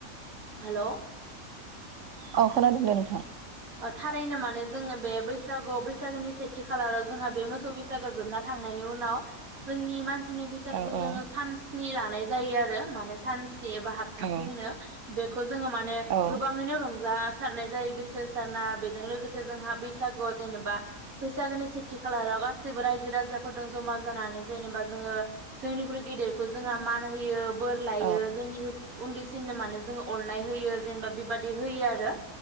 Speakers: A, on the right; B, on the right.
A: हेल
B: औ, खोनादों दे नोंथां।
A: थारैनो माने जोङो बे बैसा गुआव बैसागोनि सेथि खालाराव जोंहा बे मोसौ बैसागो जोबना थांनायनि उनाव जोंनि मानसि नि बैसागुखौ
B: औ औ
A: जोङो सान स्नि लानाय जायो आरो। माने सानस्नि एबा हाथासे
B: औ
A: होनो। बेखौ जोङो माने
B: औ
A: गोबाङैनो रंजा सारनाय जायो गोसो होसारना। बेजों लोगोसे जोंहा बैसागो आव जेनेबा बैसागोनि सेथि खालाराव गासिबो रायजो राजाफोरजों जमा जानानै जेनेबा जोङो जोंनिख्रुइ गेदेरखौ जोंहा मान होयो, बोर लायो,
B: औ
A: जोंनिख्रुय उन्दैसिननो माने जोङो अननाय होयो, जेनेबा बेबादि होयो आरो।